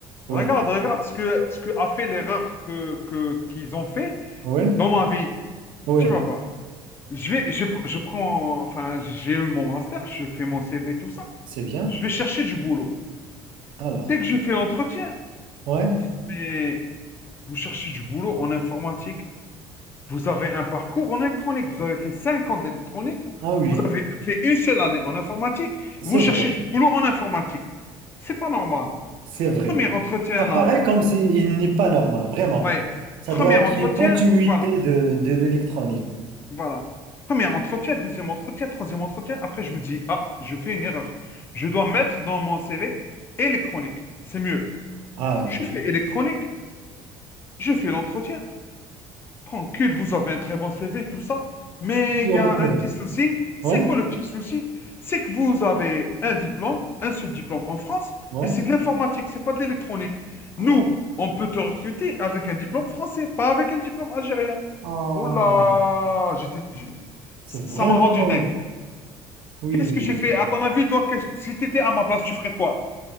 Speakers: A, on the right; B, on the left.
A: Oui,
B: Regarde, regarde ce que, ce que a fait l'erreur que, que, qu'ils ont fait
A: oui,
B: dans ma vie.
A: oui,
B: Tu vas voir. Je vais, je, pr- je prends, enfin, j'ai eu mon master, je fais mon CV, tout ça.
A: c'est bien.
B: Je vais chercher du boulot.
A: Alors,
B: Dès que je fais l'entretien,
A: ouais,
B: ils me disent, mais vous cherchez du boulot en informatique. Vous avez un parcours en électronique. Vous avez fait 5 ans d'électronique.
A: ah oui,
B: Vous avez fait une seule année en informatique.
A: c'est
B: Vous cherchez
A: vrai.
B: du boulot en informatique. C'est pas normal.
A: C'est vrai.
B: Premier entretien,
A: Ça paraît
B: là,
A: comme
B: euh,
A: s'il n'est pas normal, vraiment.
B: ouais,
A: Ça
B: premier
A: doit être
B: entretien,
A: une continuité
B: voilà.
A: de, de l'électronique.
B: Voilà. Premier entretien, deuxième entretien, troisième entretien. Après, je me dis, ah, je fais une erreur. Je dois mettre dans mon CV électronique. C'est mieux.
A: Ah oui.
B: Je fais électronique, je fais l'entretien. Tranquille, vous avez un très bon CV, tout ça. Mais
A: Tu
B: il y
A: as retenu.
B: a un petit souci. C'est
A: Ouais,
B: quoi le petit souci? C'est que vous avez un diplôme, un seul diplôme en France,
A: ouais.
B: et c'est de l'informatique, c'est pas de l'électronique.
A: Ah,
B: Nous, on peut te recruter avec un diplôme français, pas avec un diplôme algérien.
A: ah.
B: Oh là, j'étais, j'ai-
A: C'est
B: ça
A: vraiment.
B: ça m'a rendu dingue.
A: Oui,
B: Qu'est-ce que
A: oui,
B: j'ai fait?
A: oui.
B: À ton avis, toi, qu'est-ce, si tu étais à ma place, tu ferais quoi?